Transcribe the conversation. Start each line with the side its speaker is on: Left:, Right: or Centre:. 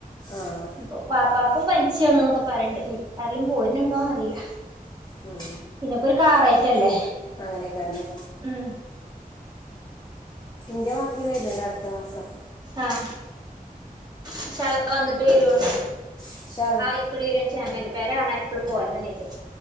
Left: ആഹ്
Right: ഇപ്പൊ വാപ്പാക്കും പൻച്ച് ആണ്ന്നൊക്കെ പറയിണ്ട് ഇനി ആരേലും പോര്ന്ണ്ടോ അറീല.
Left: ഉം
Right: പിന്നെപ്പൊര് ഒരു കാറായിട്ടെല്ലേ
Left: അങ്ങനെയൊക്കെയല്ലേ
Right: ഉം
Left: ഇന്റെ മാപ്ലയിം വര്ന്ണ്ട് അട്ത്ത മാസം.
Right: ആഹ് ഇൻശാ അള്ളാഹ് വന്നിട്ട് വരുവോണ്ടി
Left: ഇൻഷാ അല്ലാ
Right: ആഹ് അയി കൂടെ വെര്ൺച്ച <unintelligible> പെര കാണാൻ എപ്പളും പോരണന്നെര്തും.